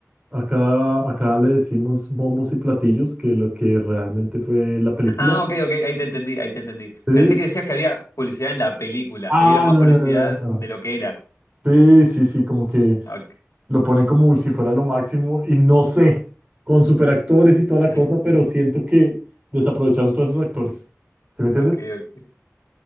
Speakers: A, on the right; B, on the left.
A: acá, acá le decimos bombos y platillos que lo que realmente fue la película.
B: Ah, ok, ok, ahí te entendí, ahí te entendí.
A: Sí.
B: Pensé que decías que había publicidad en la película.
A: Ah,
B: Le dieron más
A: no,
B: publicidad
A: no, no, no. no.
B: de lo que era.
A: Sí, sí, sí, como que
B: Ok,
A: lo pone como si fuera lo máximo y no sé, con superactores y toda la
B: <laughs>
A: cosa, pero siento que desaprovecharon todos esos actores. ¿Sí me entiendes?
B: ok. ok.